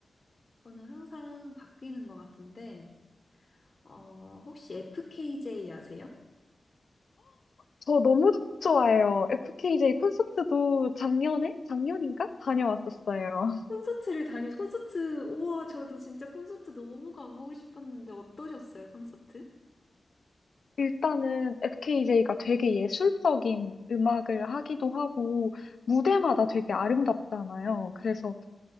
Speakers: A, on the left; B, on the left.
A: 저는 항상 바뀌는 것 같은데, 어, 혹시 FKJ 아세요?
B: 저 너무 좋아해요. FKJ 콘서트도 작년에? 작년인가? 다녀왔었어요.
A: 콘서트를 다녀, 콘서트, 우와, 저도 진짜 콘서트 너무 가보고 싶었는데 어떠셨어요, 콘서트?
B: <laughs> 일단은 FKJ가 되게 예술적인 음악을 하기도 하고, 무대마다 되게 아름답잖아요. 그래서